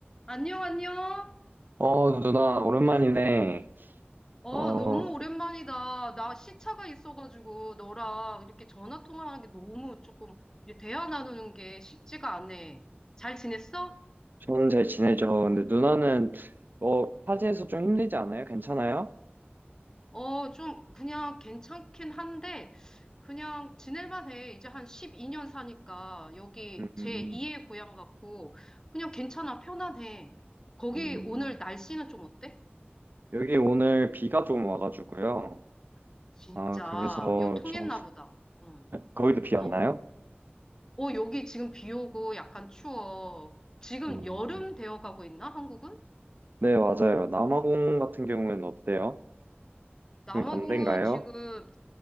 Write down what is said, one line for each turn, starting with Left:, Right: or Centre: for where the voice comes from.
Left: 안녕, 안녕.
Right: 어, 누나, 오랜만이네.
Left: 어,
Right: 어,
Left: 너무 오랜만이다. 나 시차가 있어가지고 너랑 이렇게 전화 통화하는 게 너무 조금 이제 대화 나누는 게 쉽지가 않네. 잘 지냈어?
Right: 저는 잘 지내죠. 근데 누나는, 어, 파지에서 좀 힘들지 않아요? 괜찮아요?
Left: 어, 좀 그냥 괜찮긴 한데 그냥 지낼만 해. 이제 한 12년 사니까 여기
Right: 음,
Left: 제2의 고향 같고 그냥 괜찮아. 편안해. 거기
Right: 음.
Left: 오늘 날씨는 좀 어때?
Right: 여기 오늘 비가 좀 와가지고요.
Left: 진짜
Right: 아, 그래서
Left: 요 통했나
Right: 좀,
Left: 보다. 응.
Right: 거기도 비
Left: 어,
Right: 왔나요?
Left: 어, 여기 지금 비 오고 약간 추워. 지금
Right: 음.
Left: 여름 되어 가고 있나, 한국은?
Right: 네, 맞아요. 남아공 같은 경우에는 어때요?
Left: 남아공은
Right: 거기 반대인가요?
Left: 지금,